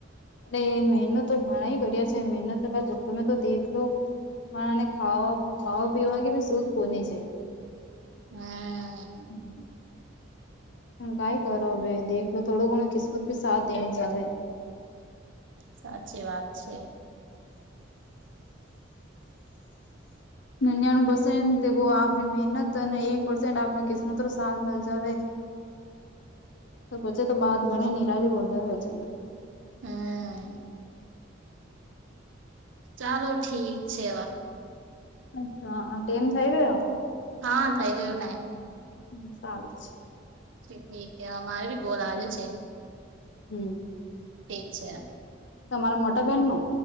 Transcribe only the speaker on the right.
હમ્મ
સાચી વાત છે.
હમ્મ ચાલો, ઠીક છે
હા, થઈ ગયો ટાઈમ
ઠીક અમારે ભી કોલ આજે છે
ઠીક છે.